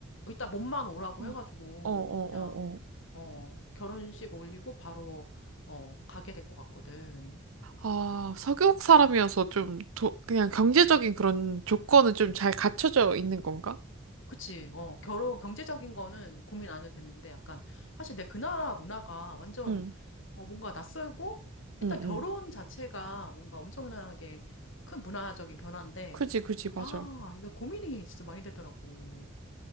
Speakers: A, on the left; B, on the right.
A: 일단 몸만 오라고
B: 어.
A: 해가지고,
B: 어, 어, 어,
A: 그냥,
B: 어.
A: 어, 결혼식 올리고 바로, 어, 가게 될 것 같거든.
B: 아, 서교국 사람이어서 좀 도, 그냥 경제적인 그런 조건은 좀 잘 갖춰져 있는 건가?
A: 그치. 어, 결혼, 경제적인 거는 고민 안 해도 되는데, 약간, 사실 내 그 나라 문화가 완전,
B: 응,
A: 어, 뭔가 낯설고, 일단
B: 응,
A: 결혼
B: 응.
A: 자체가 뭔가 엄청나게 큰 문화적인 변화인데,
B: 그지, 그지, 맞아.
A: 아, 이거 고민이 진짜 많이 되더라고.